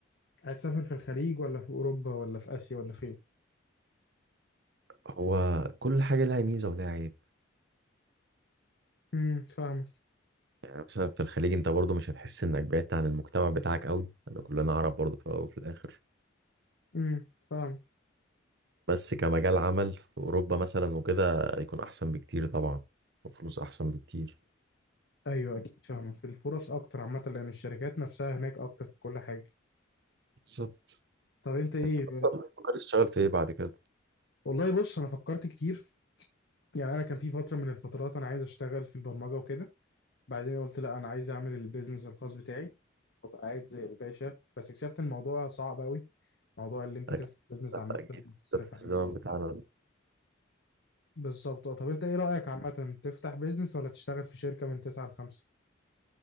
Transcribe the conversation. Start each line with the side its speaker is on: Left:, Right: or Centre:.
Left: عايز تسافر في الخليج ولا في اوروبا ولا في اسيا ولا فين
Right: هو كل حاجه لها ميزه ولها عيب
Left: امم فاهمك
Right: مثلا في الخليج انت برضو مش هتحس انك بعدت عن المجتمع بتاعك قوي انا كلنا عرب برضو في الاول وفي الاخر
Left: امم فاهمك
Right: بس كمجال عمل في اوروبا مثلا وكده يكون احسن بكتير طبعا وفلوس احسن بكتير
Left: ايوه اكيد فاهمك الفرص اكتر عامة لان الشركات نفسها هناك اكتر في كل حاجة
Right: بالظبط
Left: طب انت ايه
Right: اصلا فكرت تشتغل في ايه بعد كده
Left: والله بص انا فكرت كتير يعني انا كان في فترة من الفترات انا عايز اشتغل في البرمجة وكده بعدين قلت لا انا عايز اعمل البيزنس الخاص بتاعي وابقى قاعد زي الباشا بس اكتشفت ان الموضوع صعب قوي موضوع اللي انت
Right: اكيد
Left: تفتح بيزنس
Right: اكيد
Left: عامه وتصرف
Right: بالذات في
Left: عليه
Right: الزمن
Left: هو
Right: بتاعنا
Left: صعب
Right: ده.
Left: بالظبط آه. طب انت ايه رايك عامه تفتح بيزنس ولا تشتغل في شركه من 9 ل 5